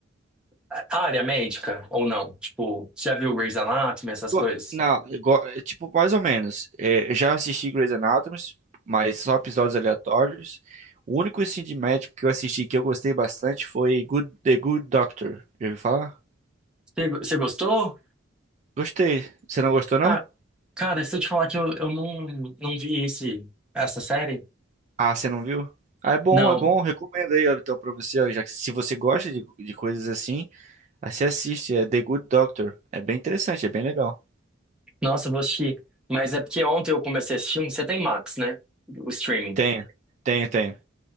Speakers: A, in the centre; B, on the right.
A: a área médica ou não? Tipo, você já viu Grey's Anatomy, essas
B: Go-
A: coisas?
B: Não, go- é, tipo, mais ou menos. É, eu já assisti Grey's Anatomy, mas só episódios aleatórios. O único assim, de médico que eu assisti que eu gostei bastante foi Good- The Good Doctor. Já ouviu falar?
A: Você, você gostou?
B: Gostei. Você não gostou, não?
A: Ca- Cara, se eu te falar que eu, eu não, não vi esse, essa série?
B: Ah, você não viu? Ah, é bom,
A: Não.
B: é bom. Recomendo aí, ó, então, pra você, ó, já que se você gosta de, de coisas assim, aí você assiste, é The Good Doctor. É bem interessante, é bem legal.
A: Nossa, eu vou assistir. Mas é porque ontem eu comecei a assistir um. Você tem Max, né? O streaming.
B: Tenho, tenho, tenho.